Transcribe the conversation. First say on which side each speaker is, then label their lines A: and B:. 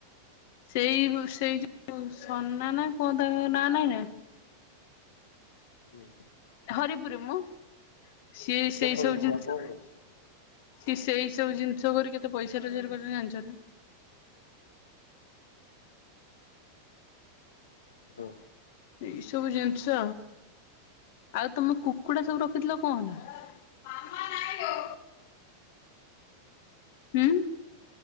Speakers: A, on the left; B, on the left.
A: ସେଇ ସେଇ ଯୋଉ ସନା ନା କଣ ତାଙ୍କ ନାଁ ନାଇଁ ନା?
B: ହୁଁ।
A: ହରିପୁରରେ ମ, ସିଏ
B: ସେଟା
A: ସେଇ
B: କଣ
A: ସବୁ
B: ସେଟା
A: ଜିନିଷ
B: କଣ କରୁଛି
A: ସିଏ ସେଇ ସବୁ ଜିନିଷ କରି, କେତେ ପଇସା ରୋଜଗାର କରୁଚନ୍ତି ଜାଣିଛ ନା?
B: ହ୍ୟାଲୋ।
A: ଏଇ ସବୁ ଜିନିଷ, ଆଉ ତମେ କୁକୁଡା ସବୁ ରଖିଥିଲ କଣ ହେଲା? ହୁଁ।